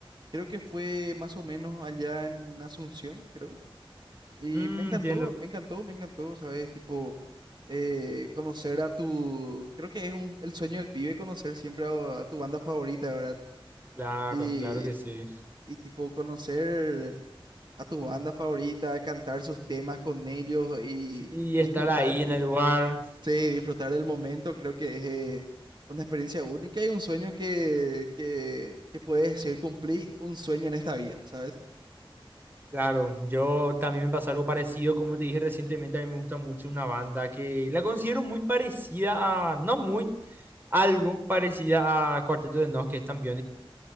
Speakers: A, on the right; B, on the right.
A: creo que fue más o menos allá en Asunción, creo. Y
B: Mm,
A: me encantó,
B: entiendo.
A: me encantó, me encantó, ¿sabes? Tipo, eh, conocer a tu, creo que es un, el sueño del pibe conocer siempre a, a tu banda favorita, ¿verdad?
B: Claro,
A: Y,
B: claro que sí.
A: y tipo, conocer a tu banda favorita, cantar sus temas con ellos y
B: Sí,
A: disfrutar
B: estar ahí en el lugar.
A: Sí, disfrutar del momento creo que es eh, una experiencia única y un sueño que, que, que puedes decir cumplí un sueño en esta vida, ¿sabes?
B: Claro, yo también me pasó algo parecido, como te dije recientemente, a mí me gusta mucho una banda que la considero muy parecida a, no muy, algo parecida a Cuarteto de Nos, que es tan